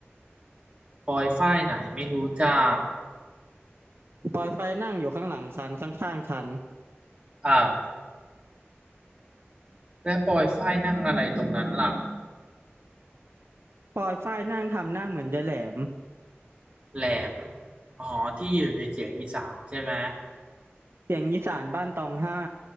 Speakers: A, on the right; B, on the right.
A: ปอยฝ้ายไหนไม่รู้จัก
B: ปอยฝ้ายนั่งอยู่ข้างหลังฉันข้างๆฉัน
A: อ้าวแล้วปอยฝ้ายนั่งอะไรตรงนั้นล่ะ
B: ปอยฝ้ายนั่งทำหน้าเหมือนยายแหลม
A: แหลมอ๋อที่อยู่ในเสียงอีสานใช่ไหม
B: เสียงอีสานบ้านตองห้า